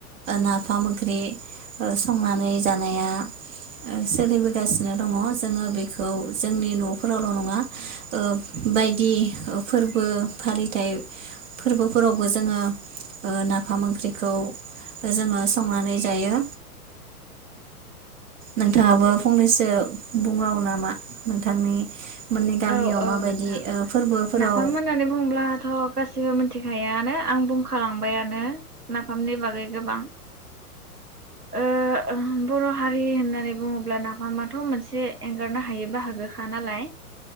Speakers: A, on the right; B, on the right.
A: नाफाम ओंख्रि संनानै जानाया, सोलिबोगासिनो दङ जोंङो बेख खौ जोंनि नफोरावल' नङा ओ बायदि फोरबो फालिथाय फोरबोफोरावबो जोङो ओ नाफाम ओंख्रि, खौ जोङो संनानै जायो। नोंथाङाबो फंनैसो बुंबाङो नामा? नोंथांनि मोननि गामियाव
B: औ औ
A: माबायदि
B: नोंथां
A: फोरबोफोराव
B: नाफाम होननानै बुंङोब्लाथ' गासिबो मोन मिथिखायोआनो आं बुंखालांबायानो नाफामनि बागै गोबां ओ बर' हारि होननानै बुङोब्ला नाफामाथ' मोनसे एंगारनो हायै बाहागोखा नालाय,